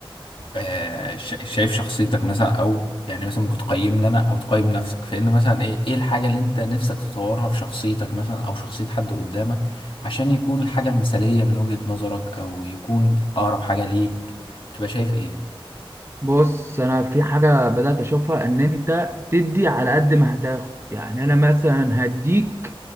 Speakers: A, on the left (about 60°); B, on the right (about 25°).
A: آه، شا- شايف شخصيتك مثلا او يعني مثلا ممكن تقيمني انا او تقيم نفسك فان مثلا ايه ايه الحاجه اللي انت نفسك تطورها في شخصيتك مثلا او شخصيه حد قدامك عشان يكون الحاجه المثاليه من وجهه نظرك او يكون اقرب حاجه ليك تبقى شايف ايه
B: بص انا في حاجه بدات اشوفها ان انت تدي على قد ما هتاخد يعني انا مثلا هديك